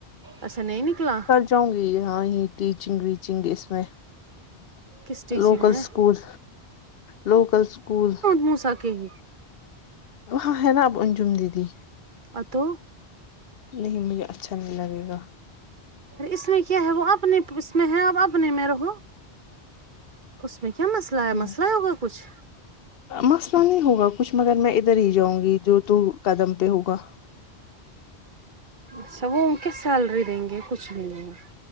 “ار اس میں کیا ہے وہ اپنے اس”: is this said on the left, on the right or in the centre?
Right